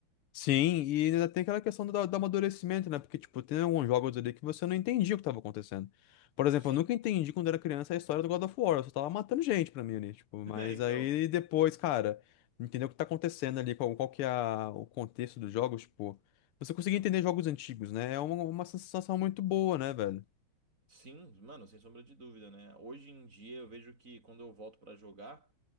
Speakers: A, on the left; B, on the right.
A: Sim, e ainda tem aquela questão do, do amadurecimento, né? Porque, tipo, tem alguns jogos ali que você não entendia o que tava acontecendo. Por exemplo,
B: Sim.
A: eu nunca entendi quando era criança a história do God of War, eu só tava matando gente pra mim ali, tipo, mas
B: <laughs> É, então,
A: aí depois, cara, entendeu o que tá acontecendo ali, qual, qual que é a- o contexto dos jogos, tipo, você conseguir entender jogos antigos, né? É uma, uma sensação muito boa, né, velho?
B: sim, mano, sem sombra de dúvida, né? Hoje em dia eu vejo que quando eu volto pra jogar,